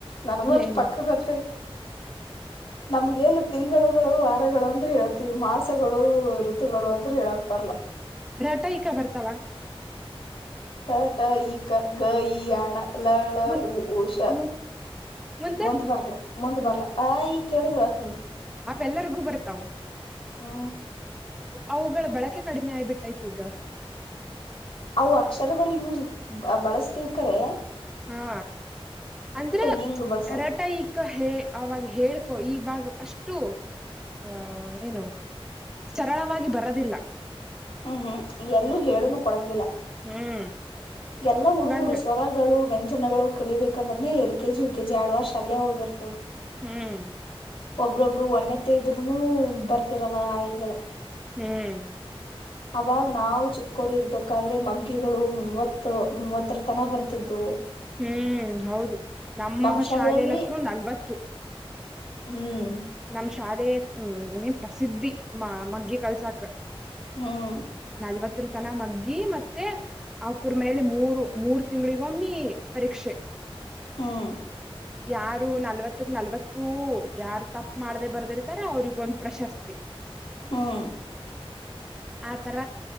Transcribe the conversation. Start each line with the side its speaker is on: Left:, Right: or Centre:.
Left: ನನ್ಗಟ್ಟ
Centre: ಏನು
Left: ಪಕ್ಕ ಗೊತ್ತಿಲ್ಲ ನಮಗೇನು ತಿಂಗಳುಗಳು ಅಂದ್ರೆ ಹೇಳ್ತೀವಿ ಮಾಸ ಷಗಳು ಋತುಗಳು ಅಂದ್ರರು ಹೇಳಕ್ ಬರ್ಲ್ಲ
Centre: ರತೈಕ ಬರ್ತವಾ
Left: ರಟ ಈ ಗ ಗ ಈಯಣ ಲಳ
Centre: ಮುನ್
Left: ಉಊ ಉಷಾ
Centre: ಮುನ್ ಮುಂದೆ
Left: ಮಂದ್ ಬರ್ಲ ಮಂದ್ ಬರ್ಲ ಆ ಈ ಕೆೇಳಗ ಆತ್ನ್
Centre: ಎಲ್ಲರಿಗೂ ಬರ್ತಾವ
Left: ಹ್ಮ
Centre: ಅವುಗಳ ಬಳಕೆ ಕಡಿಮೆ ಆಯಬಿಟ್ಟೈತಿ ಈಗ
Left: ಅವು ಅಕ್ಷರಗಳು ಯೂಸ್ ಬಳಸ್ತಿವಿ ಕ್ಕರೆ
Centre: ಹಾ ಅಂದ್ರ
Left: ಹಿಂಗ್ ಬಳಸಲ್ಲ
Centre: ರಟೈಕ ಹೇ ಆಾಗ ಹೇಳ್ಕೊ ಈವಾಗ ಅಷ್ಟು ಆಹ ಏನು ಸರಳವಾಗಿ ಬರದಿಲ್ಲ
Left: ಹ್ಮ್ ಹ್ಮ್ ಎಲ್ಲೂ ಹೇಳುನು ಕೊಡಂಗಿಲ್ಲ
Centre: ಹ್ಮ್
Left: ಎಲ್ಲಾ ಹುಡುಗರು
Centre: ಇವಂಗ
Left: ಸ್ವರಗಳು ವೆಂ ಜನಗಳು ಕಲಿಬೇಕಂದ್ರನೆ L K G U K G ಆಡವರ್ಷ ಅಲ್ಲೇ ಹೋಗಿರ್ತವೆ
Centre: ಹ್ಮ್
Left: ಒಬ್ರೊಬ್ರು ಒನ್ನೆ ತದ್ರುನು ಬರ್ತಿರಲ್ಲ ಆಾಯಿಗಳ
Centre: ಹ್ಮ್
Left: ಅವಾಗ ನಾವು ಚಿಕ್ಕೋರು ಇರ್ಬೇಕಾದ್ರೆ ಮಗ್ಗಿಗಳು ಮೂವತ್ ಮೂವತ್ತರ ತನ ಬರ್ತಿದ್ದವು
Centre: ಹ್ಮ್ ಹೌದು ನಮ್ಮ
Left: ನಮ್ ಶಾಲೆಯಲ್ಲಿ
Centre: ಶಾಲಲತ್ರರು ನಲ್ವತ್ತು
Left: ಹ್ಮ್
Centre: ನಮ ಶಾಲೆ ಹ್ಮ ಪ್ರಸಿದ್ಧಿ ಮ ಮಗ್ಗೆಿ ಕಲ್ಸಾಕ್
Left: ಹ್ಮ್
Centre: ನಲ್ವತ್ತರ ತನ ಮಗ್ಗಿ ಮತ್ತೆ ಆಕೂರ್ ಮೇಲೆ ಮೂರು ಮೂರ್ ತಿಂಗಗಳಿಗೊಮ್ಮಿ ಪರೀಕ್ಷೆ
Left: ಹ್ಮ್
Centre: ಯಾರು ನಲ್ವತ್ತಕ್ ನಲ್ವತ್ತುೂ ಯಾರು ತಪ್ಪ ಮಾಡದೇ ಬರ್ದಿರ್ತಾರೆ ಅವ್ರಗ ಒಂದ್ ಪ್ರಶಸ್ತಿ
Left: ಹ್ಮ್
Centre: ಆತರ